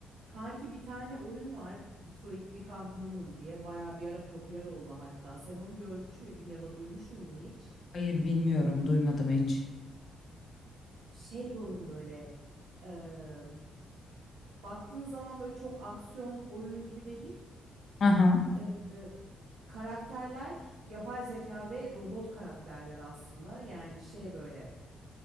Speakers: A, on the right; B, on the left.
A: Kanki bir tane oyun var. Detroit Become Human diye bayağı bir ara popüler oldu hatta. Sen onu görmüş müydün ya da duymuş muydun hiç?
B: Hayır bilmiyorum, duymadım hiç.
A: Şey bir oyun böyle. eee, baktığın zaman böyle çok aksiyon oyunu gibi değil.
B: Aha,
A: Eee, karakterler yapay zeka ve robot karakterler aslında. Yani şey böyle.